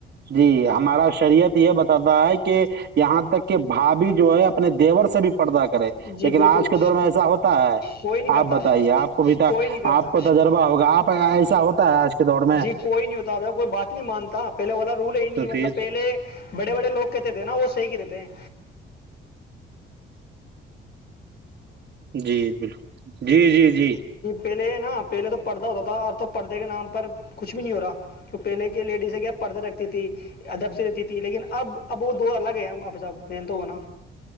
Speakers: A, on the right; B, on the left.
A: جی ہمارا شریعت یہ بتاتا ہے کہ یہاں تک کہ بھاابھی جو ہے اپنے دیور سے بھی پردہ کرے
B: جی
A: لیکن
B: بالکل
A: آج کے دور میں ایسا ہوتا ہے
B: کوئی نہیں کرتاب
A: آپ بتائیے
B: جب
A: آپ کو بھی تا
B: کوئی نہیں کرتا
A: آپ کو تجربہ ہوگا آپ ایسا ہوتا ہے آج کے دور میں
B: جی کوئی نہیں ہوتا کوئی بات نہیں مانتا پہلے والا رول ہے ہی نہیں
A: تو
B: مطلب
A: پھر
B: پہلے بڑے بڑے لوگ کہتے تھے نا وہ صحی کہتے تھے ے
A: جی بالکل جی جی جی
B: پہلے نا پہلے تو پرڑدہ ہوتا تھا اور تو پرھدے کے نام پر کچھ بھی نہیں ہو رہا تو پہلے کی لیڈیز ہے کیا پڑھتے رکھتی تھی ادب سےی رہتی تھی لیکن اب اب وہ دو الگ ہےپ صحب م تو ہوناا